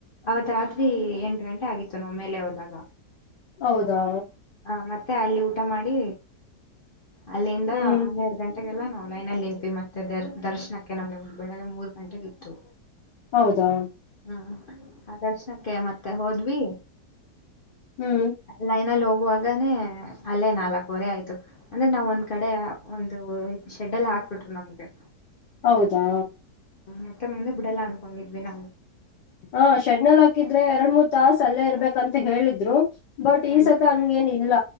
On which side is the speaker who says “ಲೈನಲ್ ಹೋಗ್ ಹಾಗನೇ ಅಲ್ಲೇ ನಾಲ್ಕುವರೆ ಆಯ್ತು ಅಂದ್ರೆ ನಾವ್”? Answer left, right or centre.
Left